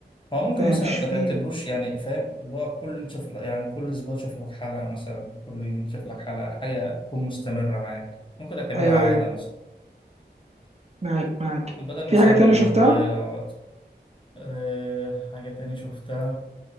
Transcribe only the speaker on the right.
فاهم
مش
في
ايوه
ايوه
معاك معاك
في
حاجه تانية
شفتها